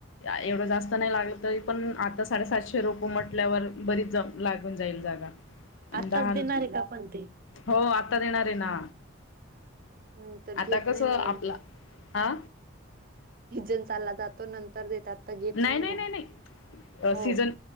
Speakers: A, on the left; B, on the right.
A: एवढं जास्त नाही लाग तरी पण आता साडेसातशे रोप म्हटल्यावर बरीच जामत लागून जाईल जागा. आणि
B: आत्ताच
A: दहा,
B: देणार आहे का पण ते
A: हो आता देणार आहे ना!
B: नाही तर
A: आता
B: घेत
A: कस,
B: नाही
A: आपला
B: मॅडम
A: हा
B: जिमला जातो नंतर देतात. तर घेत
A: नाही नाही
B: मग
A: नाही नाही
B: हो
A: सीजन